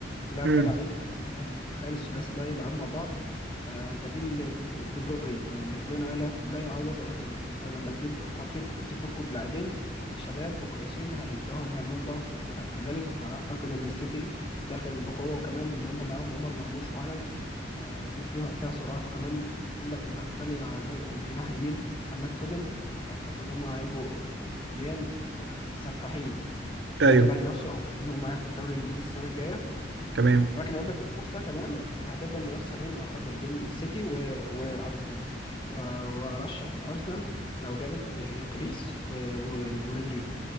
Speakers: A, on the left; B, on the right.
A: اللاعب
B: امم
A: ده لعيب تخيل تخيل الثلاثي ده يلعبوا مع بعض آه، بديل دي دي بروين يعني دي بروين آه لا لا يعوض ولكن انت لما تجيب تفك تفكوا بلاعبين شباب وكويسين هيبدأوا هم يعملوا ضغط وكذلك فأعتقد إن السيتي داخل بقوة وكمان إن هم معاهم عمر مرموش وهالاند فدي فيها فيها سرعات وكمان عندك الناحية التانية على الب- الجناح اليمين عندك فودن فأعتقد إن هم هيبقوا آه، هجوميا آه، سفاحين
B: ايوه
A: دول هينافسوا أعتقد إن هم هياخدوا الدوري الإنجليزي السنة الجاية
B: تمام
A: ولكن هيبقى في منافسة كمان هتبقى المنافسة بين أعتقد بين السيتي و... وأرسنال و... وأرشح أرسنال لو جابت جوكريس و... و... ورودريجو